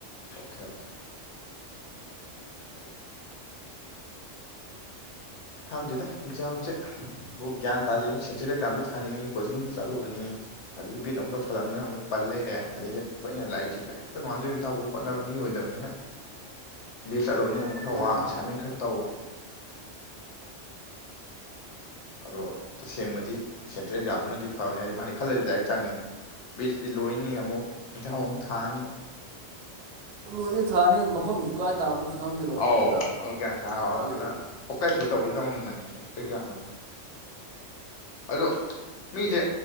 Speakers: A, on the left; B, on the right.
A: ꯑꯣꯀꯦ ꯑꯣꯀꯦ ꯑꯗꯨꯩ
B: <inaudible>
A: ꯊꯥꯡꯃ ꯊꯗ ꯑꯦꯖꯥꯝ ꯆꯦ ꯕꯨ ꯒ꯭ꯌꯥꯟ ꯇꯥꯗꯦꯅ ꯁꯦꯟꯇ꯭ꯔꯦꯜ ꯑꯦꯛꯖꯥꯝꯁꯨ ꯊꯥꯅꯤꯡꯉꯤ ꯀꯣꯆꯤꯡꯁꯨ ꯆꯠꯂꯨꯕꯅꯤ ꯑꯗꯒꯤ ꯦꯠ ꯑꯃꯨꯛ ꯇꯧꯁꯜꯂꯕꯅꯤꯅ ꯑꯃꯨꯛ ꯄꯜ ꯂꯩꯔꯦ ꯑꯗꯒꯤ ꯑꯩꯈꯣꯏꯅ ꯂꯥꯏꯔꯤꯛꯁꯤꯁꯨ ꯍꯦꯛꯇ ꯅꯨꯡꯉꯥꯖ ꯌꯇꯥꯐꯥꯎ ꯈꯣꯠꯅꯕ ꯃꯤ ꯑꯣꯏꯗꯕꯅꯤꯅ ꯕꯤꯁ ꯆꯠꯂꯨꯕꯅ ꯌꯥꯝꯛ ꯈꯔ
B: ꯑꯥ
A: ꯋꯥ ꯑꯦꯁꯥꯏꯟꯃꯦꯟ ꯈꯔ ꯇꯧ ꯑꯗꯣ ꯇꯁꯦꯡꯕꯗꯤ ꯁꯦꯟꯇ꯭ꯔꯦꯜ ꯑꯦꯛꯖꯥꯝꯗꯨꯅꯗꯤ ꯐꯕꯅꯤ ꯍꯥꯏꯗꯤ ꯃꯥꯗꯤ ꯈꯜꯂꯗꯤ ꯗꯥꯏꯔꯦꯛ ꯆꯪꯉꯦꯅ ꯕꯤ ꯁꯤ ꯂꯣꯏꯅꯤ ꯑꯃꯨꯛ ꯌꯦꯟꯖꯥꯡ ꯑꯃꯨꯛ ꯊꯥꯅꯤ
B: ꯂꯣꯏꯅ ꯊꯥꯅꯤ ꯃꯐꯝꯁꯨ ꯀꯥꯏ ꯇꯥꯕꯅꯣꯁꯨ ꯈꯪꯈꯤꯔꯣꯏ
A: ꯑꯧ
B: ꯅꯠꯇ꯭ꯔꯥ
A: ꯑꯗꯨ ꯒ꯭ꯌꯥꯟ ꯁꯥꯕ
B: ꯋꯥꯠꯂꯤꯕ
A: ꯑꯗꯨꯅ ꯐꯣꯀꯁꯁꯦ ꯇꯧꯗꯤ ꯇꯧꯅꯤꯡꯕꯅꯦ ꯁꯦꯟꯇ꯭ꯔꯦꯜ ꯑꯦꯛꯖꯥꯝꯗ ꯑꯗꯣ ꯃꯤꯁꯦ